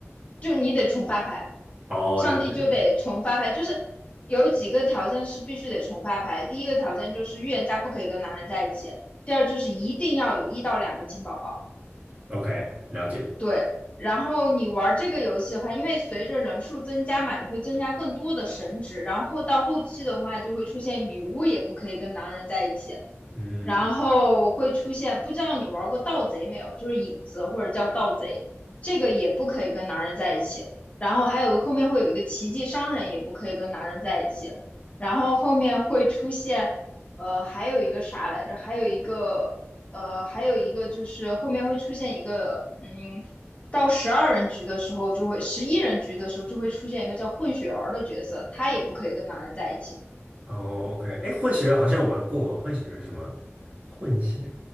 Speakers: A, on the left (about 30°); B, on the right (about 35°).
A: 就你得重发牌，
B: 哦，
A: 上帝就得重发牌，
B: 了解了
A: 就是有几个条件是必须得重发牌。第一个条件就是预言家不可以跟男人在一起，第二就是一定要有一到两个金宝宝。
B: ，OK，了解，
A: 对，然后你玩这个游戏的话，因为随着人数增加嘛，你会增加更多的神职，然后到后期的话就会出现女巫也不可以跟男人在一起，
B: 嗯，
A: 然后会出现，不知道你玩过盗贼没有？就是影子或者叫盗贼，这个也不可以跟男人在一起。然后还有后面会有一个奇迹商人，也不可以跟男人在一起。然后后面会出现，呃，还有一个啥来着？还有一个，呃，还有一个就是后面会出现一个，嗯，到十二人局的时候就会，十一人局的时候就会出现一个叫混血儿的角色，他也不可以跟男人在一起。
B: 哦，OK，哎，混血儿好像有玩过哦，混血儿是什么？混血